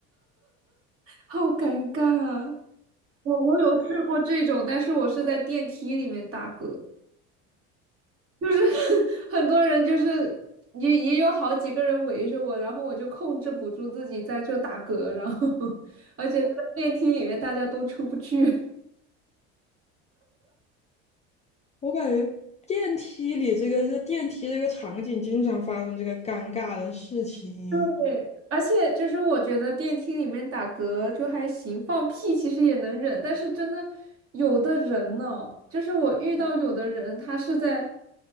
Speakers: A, on the right; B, on the left.
A: 好尴尬啊！我我有试过这种，但是我是在电梯里面打嗝。就是 <laughs> 很多人就是也也有好几个人围着我，然后我就控制不住自己在这打嗝，然后 <laughs> 而且在电梯里面大家都出不去。
B: 我感觉电梯里这个这电梯这个场景经常发生这个尴尬的事情。
A: <laughs> 对，而且就是我觉得电梯里面打嗝就还行，放屁其实也能忍，但是真的有的人呢，就是我遇到有的人他是在